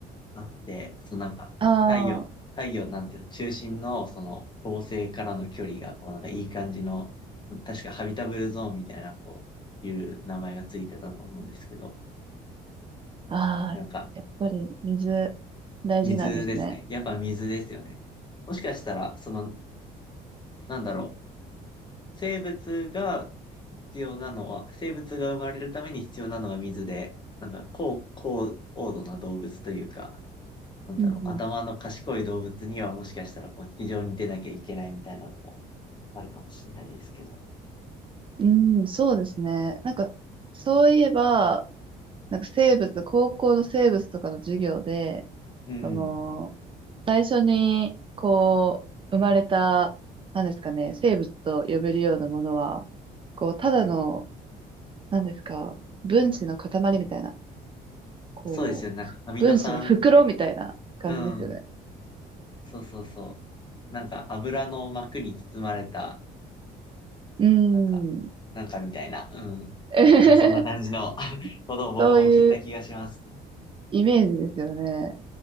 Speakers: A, on the left (about 25°); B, on the right (about 30°).
A: だって、そのなんか、
B: あ
A: 太陽、太陽なんていうの、中心のその恒星からの距離が、こうなんかいい感じの、確かハビタブルゾーンみたいな、こう、いう名前がついてたと思うんですけど、
B: あ、ああ、
A: なんか、
B: やっぱり水、大事なんですね。
A: 水ですね。やっぱ水ですよね。もしかしたら、その、なんだろう、生物が必要なのは、生物が生まれるために必要なのが水で、なんか高、高、高度な動物というか、なんだろう、
B: うん
A: 頭の賢い動物にはもしかしたらこう、非常に出なきゃいけないみたいなのもあるかもしれないですけど。
B: うん。うん、そうですね。なんか、そういえば、なんか生物、高校の生物とかの授業で、
A: うん。
B: その、最初に、こう、生まれた、なんですかね、生物と呼べるようなものは、こう、ただの、なんですか、分子の塊みたいな、こう、
A: そうですよね。なんかアミノ酸、
B: 分子の袋みたいな感じですよね。
A: うん。そうそうそう。なんか油の膜に包まれた、
B: うーん。
A: なんか、なんかみたいな。うん。
B: <laughs>
A: なんかそんな感じの <laughs> ことを僕も聞いた気がします。
B: そういうイメージですよね。